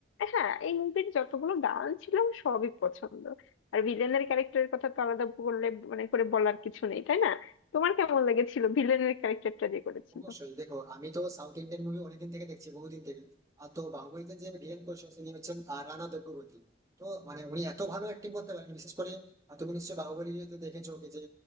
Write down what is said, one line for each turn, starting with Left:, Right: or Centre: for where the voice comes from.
Left: হ্যাঁ এই মুভির যতগুলো গান ছিল আমার সবই পছন্দ আর ভিলেনের ক্যারেক্টারের কথা তো আলাদা বললে মানে করে বলার কিছু নেই তাই না তোমার কেমন লেগেছিল ভিলেনের ক্যারেক্টারটা যে করেছিল
Right: অবশ্যই দেখো আমি তো সাউথ ইন্ডিয়ান মুভি অনেকদিন থেকে দেখছি বহুদিন থেকে আর তো বাহুবলীতে যে ভিলেন করছে তিনি হচ্ছেন আহ, রানা দুর্গাবতী তো মানে উনি এত ভালো অ্যাক্টিং করতে পারেন বিশেষ করে আহ, তুমি নিশ্চয়ই বাহুবলী তো দেখেছো ওকে যে